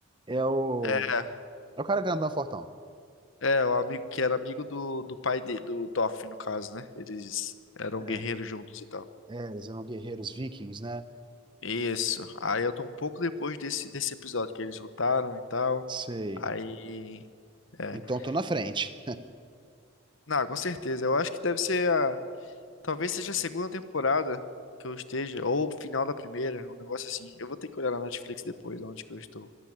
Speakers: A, on the right (about 20°); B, on the left (about 65°).
A: É o,
B: É,
A: é o cara grandão fortão.
B: é, o amigo que era amigo do, do pai de, do Thorfinn, no caso, né? Eles eram
A: É,
B: guerreiros juntos e tal.
A: é, eles eram guerreiros vikings, né?
B: Isso. Aí eu tô um pouco depois desse, desse episódio que eles lutaram e tal.
A: Sei.
B: Aí. É.
A: Então tô na frente.
B: E- Não, com certeza. Eu acho que deve ser a. Talvez seja a segunda temporada que eu esteja, ou o final da primeira, um negócio assim. Eu vou ter que olhar na Netflix depois, onde que eu estou.